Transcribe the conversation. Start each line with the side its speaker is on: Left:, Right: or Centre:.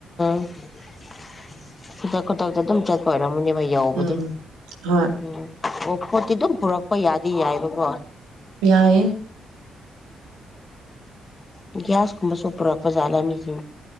Left: <unintelligible> ꯈꯨꯗꯛ ꯈꯨꯗꯛꯇ ꯑꯗꯨꯝ ꯆꯠꯄ ꯑꯣꯏꯔꯝꯃꯅꯦꯕ ꯌꯧꯕꯗꯣ
Right: ꯎꯝ ꯍꯣꯏ
Left: ꯎꯝ ꯑꯣ ꯄꯣꯠꯇꯤ ꯑꯗꯨꯝ ꯄꯨꯔꯛꯄ ꯌꯥꯗꯤ ꯌꯥꯏꯕꯀꯣ
Right: ꯌꯥꯏꯌꯦ
Left: ꯎꯝ ꯒꯤꯌ꯭ꯥꯁ ꯀꯨꯝꯕꯁꯨ ꯄꯨꯔꯛꯄꯖꯥꯠꯂ ꯃꯤꯒꯤ